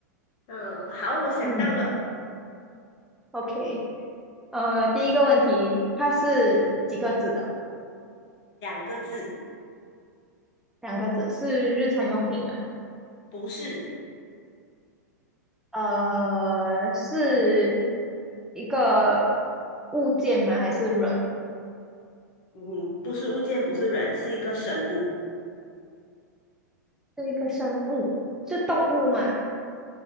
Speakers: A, on the left; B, in the centre.
A: 嗯，好，我想到了
B: 嗯，OK。呃，第一个问题，它是几个字的？
A: 两个字，
B: 两个字，是日常用品吗？
A: 不是，
B: 呃，是一个物件吗？还是人？
A: 嗯，不是物件，不是人，是一个生物。
B: 是一个生物？是动物吗？